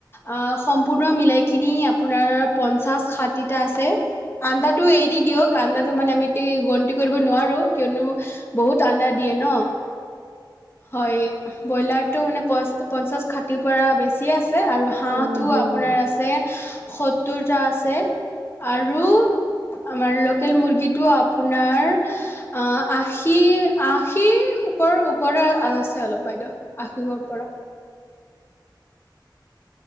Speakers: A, on the left; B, on the right.
A: আ সম্পূৰ্ণ মিলাইকিনি আপোনাৰ পঞ্চাছ, ষাঠিটা আছে। আণ্ডাটো এৰি দি দিয়ক। আণ্ডাটো মানে আমি তেই গন্তি কৰিব নোৱাৰো কিয়নো বহুত আণ্ডা দিয়ে ন হয় ব্ৰইলাৰটো মানে পচ পঞ্চাছ খাটি পৰা বেছি আছে আৰু হাঁহটো
B: অ', দিম
A: আপোনাৰ
B: দিম।
A: আছে। সত্তৰটা আছে আৰু আমাৰ লোকেল মুৰ্গীটো আপোনাৰ আ আঠ আশী আশী ওপৰ ওপৰে আছে অলপ বাইদেউ। আশীব পৰা।